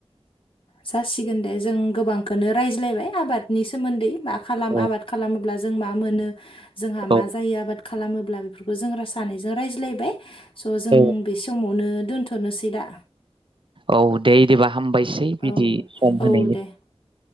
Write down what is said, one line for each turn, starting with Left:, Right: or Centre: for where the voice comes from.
Left: जासिगोन दे जों गोबांखोनो रायज्लायबाय आबादनि सोमोन्दै। मा खालाम
Right: औ
Left: आबाद खालामोब्ला जों मा मोनो जोंहा
Right: औ
Left: मा जायो आबाद खालामोब्ला बेफोरखौ जों रा सानैजों रायज्लायबाय। स' जों
Right: औ
Left: बि समावनो दोन्थ'नोसै दा?
Right: औ दे इदिबा हामबायसै बिदि
Left: औ
Right: सम होनायनि
Left: औ दे